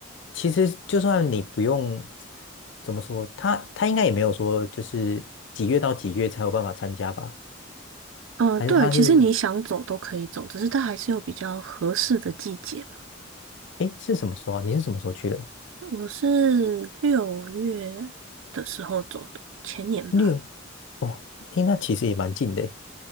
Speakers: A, on the left; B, on the right.
A: 其实就算你不用怎么说，他他应该也没有说就是几月到几月才有办法参加吧？
B: 嗯、呃对，
A: 还是他是
B: 其实你想走都可以走，只是它还是有比较合适的季节吧。
A: 哎是什么时候啊？你是什么时候去的？
B: 我是六月的时候走的，前年吧。
A: 六哦，哎，那其实也蛮近的诶